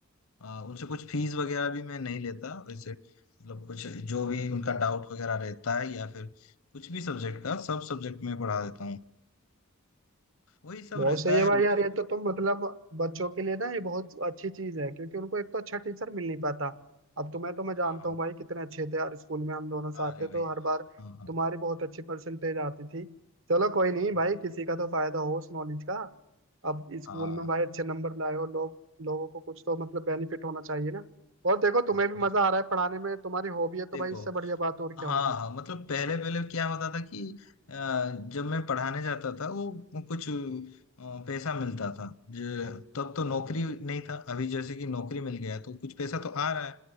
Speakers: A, on the left; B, on the right.
A: अ, उनसे कुछ फीस वगैरह भी मैं नहीं लेता वैसे मतलब कुछ जो भी उनका डाउट वगैरह रहता है या फिर कुछ भी सब्जेक्ट का सब सब्जेक्ट में पढ़ा देता हूँ वही सब
B: बहुत
A: रहता
B: सही है
A: है
B: भाई
A: रोज
B: यार ये तो तुम मतलब बच्चों के लिए ना ये बहुत अच्छी चीज है क्योंकि उनको एक तो अच्छा टीचर मिल नहीं पाता अब तुम्हें तो मैं जानता
A: हाँ
B: हूँ भाई कितने अच्छे थे यार स्कूल में हम दोनों साथ
A: हाँ अरे
B: थे
A: भाई
B: तो हर बार
A: हाँ हाँ
B: तुम्हारी बहुत अच्छी परसेंटेज आती थी चलो कोई नहीं भाई
A: जी
B: किसी का तो फायदा हो उस नॉलेज का अब स्कूल
A: हाँ
B: में भाई अच्छे नंबर लाए हो लोग लोगों को कुछ तो मतलब बेनिफिट होना चाहिए ना और देखो
A: जी
B: तुम्हें भी
A: मतलब
B: मजा आ रहा है पढ़ाने में तुम्हारी हॉबी है तो
A: देखो
B: भाई इससे बढ़िया बात और
A: हाँ
B: क्या होगी
A: हाँ मतलब पहले पहले क्या होता था कि अ, जब मैं पढ़ाने जाता था वो कुछ अ, पैसा मिलता था जो तब तो नौकरी नहीं था अभी जैसे कि नौकरी मिल गया तो कुछ पैसा तो आ रहा है